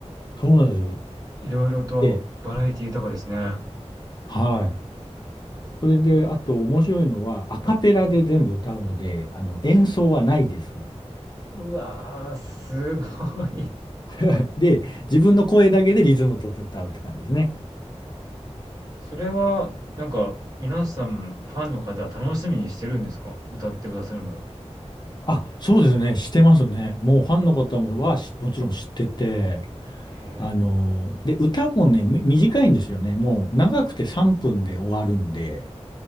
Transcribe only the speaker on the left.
そうなんです。
で、はい。それで、あと面白いのは、アカペラで全部歌うので、あの、演奏はないです。
<laughs> で、自分の声だけでリズム取って歌うって感じですね。
あ、そうですね。してますね。もうファンの方もはしもちろん知ってて、
あの、で、歌もね、み短いんですよね。もう長くて3分で終わるんで、